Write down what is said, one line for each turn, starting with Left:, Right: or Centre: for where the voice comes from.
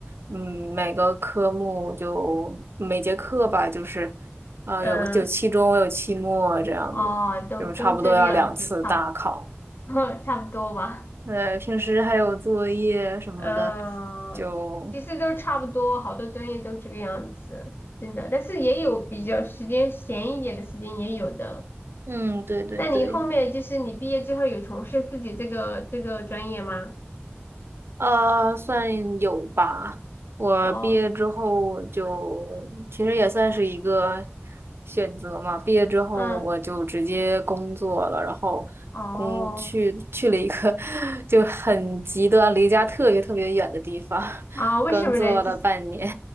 Right: 嗯，每个科目就每节课吧，就是呃有有期中有期末这样子，
Left: 嗯，哦，都都这个样子，
Right: 就差不多要两次大考，
Left: 差不 <laughs> 差不多吧。
Right: 呃，平时还有作业什么的，
Left: 呃，
Right: 就
Left: 其实都差不多，好多专业都这个样子，真的。但是也有比较时间闲一点的时间，也有的。
Right: 嗯，对对对。
Left: 那你后面就是你毕业之后有从事自己这个这个专业吗？
Right: 呃，算有吧。我毕业之后我就其实也算是一个
Left: 哦，
Right: 选择嘛。毕业之后我就直接工作了，
Left: 嗯，
Right: 然后工去去了一个
Left: 哦，
Right: <laughs> 就很极端、离家特别特别远的地方，
Left: 啊，为什么呢？
Right: 工作了半年。
Left: 就是